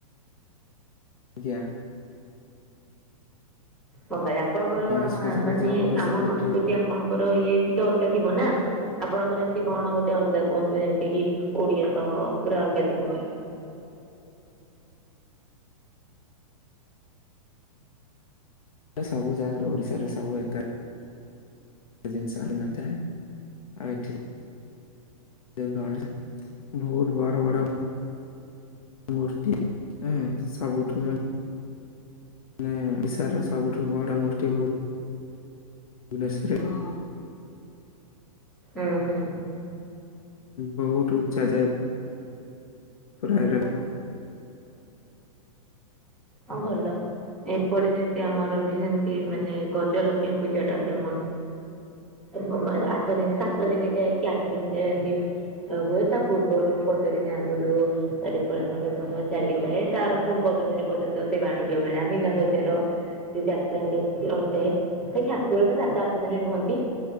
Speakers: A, on the left; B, in the centre.
A: ଆଜ୍ଞା
B: ବଙ୍ଗାଳି ଆପଣଙ୍କର
A: ଗଣେଶ ପୂଜା
B: ମାନେ
A: ବି ଯୋଉ ହୁଏ
B: ଆମ
A: ସବୁ ଏଠି
B: ସଂସ୍କୃତି ଆପଣଙ୍କର ଇଏ ଟିକେ ଅଲଗା ଥିବ ନା। ଆପଣଙ୍କର ଏମତି କଣ ଗୋଟେ ଅଲଗା କୁହନ୍ତୁ, ଯେମିତି କିି ଓଡିଆ ସହ ପୁରା ଅଲଗା ଥିବ।
A: ସବୁ ଜାଗାରେ ଓଡିଶାରେ ସବୁ ଏକା। ଜିନିଷ ଏଠି ନ ଥାଏ ଆଉ ଏଠି ଦେବ ଗଣେଶ ବହୁତ ବଡ ବଡ ମୂର୍ତ୍ତିି <unintelligible> ସବୁଠୁ ମାନେ ମାନେ ଓଶାର ସବୁଠୁ ବଡ ମୂର୍ତ୍ତି ଭୁବ <unintelligible> ନେଶର ରେ।
B: ଉଁ ହୁଁ
A: ବହୁତ ଉଚ୍ଚା ଯାଏ। ପୁରା ଏ <unintelligible> ରେ
B: ହଁ ଭଲ ଏପଟେ ଯେମିତି ଆମର ବି ସେମତି ମାନେ ଗ ଜଲକ୍ଷ୍ମୀ ପୂଜା ଟା ଫେମସ ଏବଂ ଆଠ ଦିନ ସାତ ଦିନ ଯାଇକି ଆଠ ଦିନ ଯାଏ ଏମିତି ହୁଏ ତା ପୂର୍ବରୁ ପନ୍ଦର ଦିନ ଆଗରୁ <unintelligible> ଦେ ଚାଲିଥାଏ ତାର ପୁଣି ପାଉଛନ୍ତି। ପର୍ଯ୍ୟନ୍ତ ସେ ବାଣିଜ୍ୟ ମେଳା ମିନା ବଜାର। ଯାତ୍ରା ଦେକି ରହିଥାଏ ସେ ଠାକୁର ତ ସାତ ଆଠ ଦିନ ରୁହନ୍ତି।